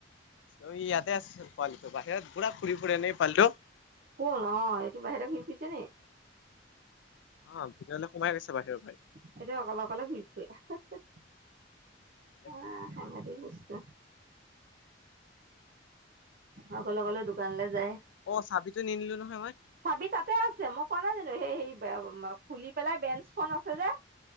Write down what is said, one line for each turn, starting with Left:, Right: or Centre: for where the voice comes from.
Left: অ ইয়াত তেজ পোৱালিটো বাহিৰত পুৰা ঘুৰি ফুৰে নে পোৱালিটো।
Right: কোন? অ এইটো বাহিৰে ঘুৰি ফুৰিছে নেকি?
Left: অ', ভিতৰলৈ সোমাই গৈছে বাহিৰৰ পৰা আহি।
Right: সেটো অকলে অকলে ঘূই ফুৰে।
Left: পৰা
Right: আহ সাংঘতিক বস্তু। অকলে অকলে দোকানলৈ যায়,
Left: অ চাবিটো নিনিলো নহয় মই
Right: চাবি তাতে আছে মই কোৱা নাই জানো। সেই সে <unintelligible> খুলি পেলাই বেঞ্চখন আছে যে